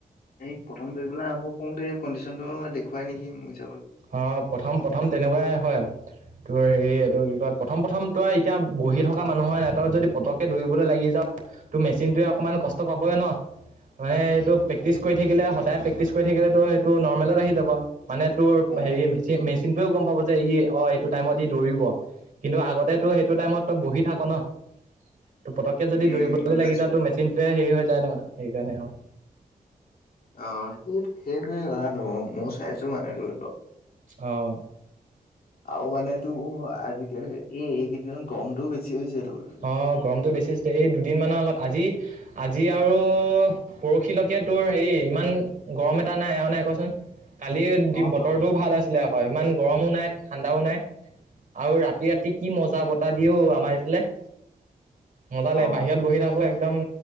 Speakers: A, on the left; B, on the right.
A: এই প্ৰথম দুইবেলা আৰম্ভ কৰোঁতে কণ্ডিশ্যনটো দেখুৱাই নেকি মোৰ হিচাপত। <unintelligible>
B: অঁ! প্ৰথম-প্ৰথম তেনেকুৱাই হয়। <unintelligible> তোৰ হেৰি এইটো কি কয় প্ৰথম-প্ৰথম ত‌ই এতিয়া বহি থকা মানুহৰ এটাও যদি পতককে দৌৰিবলে লাগি যাৱ <unintelligible> তোৰ মেচিনটোৱে অকনমান কষ্ট পাবই ন? <unintelligible> মানে এইটো প্ৰেক্টিচ কৰি থাকিলে সদায় প্ৰেক্টিচ কৰি থাকিলেতো সেইটো নৰ্মেলত আহি যাব মানে তোৰ <unintelligible>
A: অ
B: হেৰি মেচিন মেচিনটোৱেও গম পাব যে ই অ এইটো <unintelligible> টাইমত ই দৌৰিব কিন্তু আগতে তো সেইটো টাইমত তই বহি থাক ন? <unintelligible> ত পতকে যদি
A: উম
B: দৌৰিবলৈ
A: গম
B: লাগি
A: পাইছো
B: যায় তো মেচিনটোৱে হেৰি হৈ যায় ন সেইকাৰণে আৰু। <unintelligible>
A: অঁ, সেই সেইটোৱেই <unintelligible> ভাল ময়ো চাইছো মানে দৌৰিব।
B: অ। <unintelligible>
A: আৰু মান তোৰ আজিকালি এই এইকেইদিনমান গৰমটোও বেছি হৈছেটো। <inaudible>
B: অঁ! গৰমটো বেছি হৈছে। এই দুদিনমানৰ আগত আজি-আজি আৰু <unintelligible> পৰসিলৈকে তোৰ হেৰি ইমান গৰম এটা নাই হয় নাই কচোন? <unintelligible> কালি <unintelligible>
A: অ
B: দি
A: ত
B: বতৰটোও ভাল আছিলে আকৌ ইমান গৰমো নাই ঠাণ্ডাও নাই। আৰু ৰাতি-ৰাতি কি মজা বতাহ দিয়ে অ আমাৰ এইফালে। <unintelligible> মজা লাগে
A: অ
B: বাহিৰত বহি থাকোঁ একদম